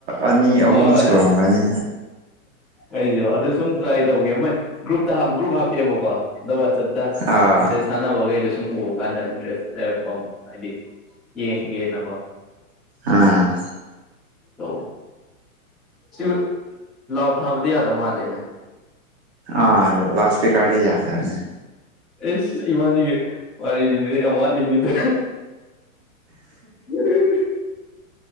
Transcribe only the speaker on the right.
ꯑꯅꯤ ꯑꯍꯨꯝ
ꯁꯨꯔꯝꯒꯅꯤ
ꯑꯥ
ꯑ
ꯑꯥ ꯂꯥꯎ ꯏꯁꯄꯤꯀꯥꯔꯗꯤ ꯌꯥꯗꯔꯅꯦ